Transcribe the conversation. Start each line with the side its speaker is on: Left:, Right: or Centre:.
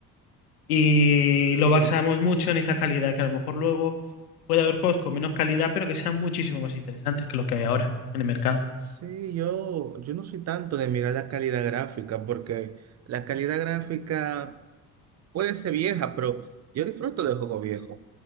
Left: y
Right: sí,
Left: lo basamos mucho en esa calidad, que a lo mejor luego puede haber juegos con menos calidad, pero que sean muchísimo más interesantes que lo que hay ahora en el mercado.
Right: sí, yo, yo no soy tanto de mirar la calidad gráfica, porque la calidad gráfica Puede ser vieja, pero yo disfruto de juegos viejos,